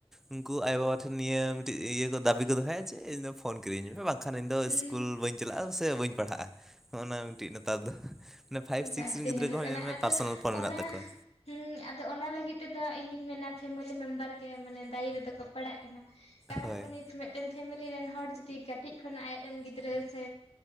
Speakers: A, in the centre; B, on the left.
A: ᱩᱱᱠᱩ ᱟᱭᱳ ᱵᱟᱵᱟ ᱴᱷᱮᱱ ᱱᱤᱭᱟᱹ ᱢᱤᱫᱴᱤᱡ ᱤᱭᱟᱹ ᱠᱚ ᱫᱟᱹᱵᱤ ᱠᱚ ᱫᱚᱦᱚᱭᱟ ᱡᱮ ᱤᱧ ᱯᱷᱳᱱ ᱠᱤᱨᱤᱧ ᱢᱮ ᱦᱮ ᱵᱟᱝ ᱠᱷᱟᱱ ᱤᱧᱫᱚ
B: ᱦᱩᱸ
A: ᱤᱥᱠᱩᱞ ᱵᱟᱹᱧ ᱪᱟᱞᱟᱜ-ᱟ ᱥᱮ ᱵᱟᱹᱧ ᱯᱟᱲᱦᱟᱜ-ᱟ ᱦᱚᱜ-ᱱᱟ ᱢᱤᱫᱴᱤᱡ ᱱᱮᱛᱟᱨ ᱫᱚ ᱢᱟᱱᱮ ᱯᱷᱟᱭᱤᱵ
B: ᱚᱱᱠᱟ
A: ᱥᱤᱠᱥ
B: ᱜᱮᱛᱚ
A: ᱨᱮᱱ ᱜᱤᱫᱽᱨᱟᱹ
B: ᱧᱮᱞᱚᱜ
A: ᱠᱚᱦᱚᱸ
B: ᱠᱟᱱᱟ
A: ᱧᱮᱞ ᱢᱮ
B: ᱟᱫᱚ
A: ᱯᱟᱨᱥᱚᱱᱟᱞ ᱯᱷᱳᱱ
B: ᱚᱱᱟ
A: ᱢᱮᱱᱟᱜ ᱛᱟᱠᱚᱣᱟ
B: ᱦᱮᱸ ᱟᱫᱚ ᱚᱱᱟ ᱞᱟᱹᱜᱤᱫ ᱛᱮᱫᱚ ᱤᱧᱫᱩᱧ ᱢᱮᱱᱟ ᱯᱷᱮᱢᱮᱞᱤ ᱢᱮᱢᱵᱟᱨ ᱜᱮ ᱢᱟᱱᱮ ᱫᱟᱹᱭᱤ ᱨᱮᱫᱚ ᱠᱚ ᱯᱟᱲᱟᱜ ᱠᱟᱱᱟ ᱠᱟᱨᱚᱱ
A: ᱦᱳᱭ
B: ᱩᱱᱤ ᱯᱷᱤᱢᱮᱞ ᱢᱤᱫᱴᱮᱱ ᱯᱷᱮᱢᱮᱞᱤ ᱨᱮᱱ ᱦᱚᱲ ᱡᱩᱫᱤ ᱠᱟᱹᱴᱤᱡ ᱠᱷᱚᱱ ᱟᱡ ᱨᱮᱱ ᱜᱤᱫᱽᱨᱟᱹ ᱥᱮ